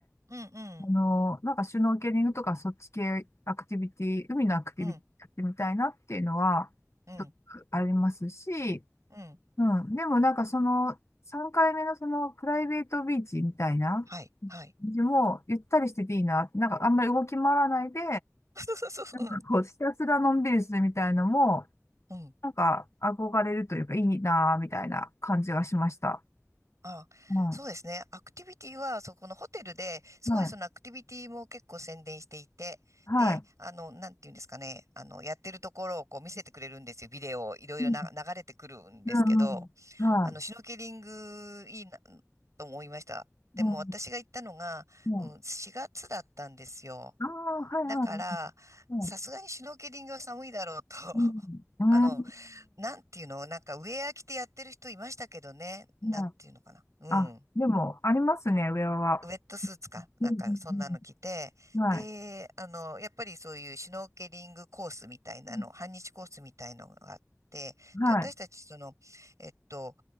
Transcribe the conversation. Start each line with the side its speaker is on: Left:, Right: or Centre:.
Right: うん、うん、
Left: あの、なんかシュノーケリングとかそっち系アクティビティ、海のアクティビティやってみたいなっていうのは、
Right: うん、うん、
Left: ちょっとありますし、
Right: うん。
Left: うん。でもなんかその、3回目のそのプライベートビーチみたいな、
Right: はい、はい。
Left: もうゆったりしてていいな。なんかあんまり動き回らないで、
Right: <laughs> そうそうそう。
Left: なんかこう、
Right: うん。
Left: ひたすらのんびりするみたいのも、
Right: うん
Left: なんか、憧れるというか、いいなぁ、みたいな感じがしました。
Right: あ、
Left: うん。
Right: そうですね。アクティビティは、そこのホテルで、すごいそのアクティビティも結構宣伝していて、
Left: はい。はい。
Right: で、あの、なんていうんですかね、あの、やってるところをこう見せてくれるんですよ。ビデオをいろいろな流れてくるんですけど、
Left: うん。うんはい。
Right: あの、シュノーケリングいいな、と思いました。でも私が行ったのが、
Left: うん。うん。
Right: うん、4月だったんですよ。
Left: ああ、はい、
Right: だから、
Left: はい。うん。
Right: さすがにシュノーケリングは寒いだろうと。<laughs>
Left: うん。
Right: あの、なんていうのなんかウェア着てやってる人いましたけどね。なんていうのかな。
Left: うん。はい
Right: うん。
Left: あ、でも、ありますね、上は。
Right: ウェットスーツか。なんかそんなの着て。
Left: うん。うんうんはい。
Right: で、あの、やっぱりそういうシュノーケリングコースみたいなの、
Left: うん
Right: 半日コースみたいのがあって、
Left: はい。
Right: で、私たちその、えっと、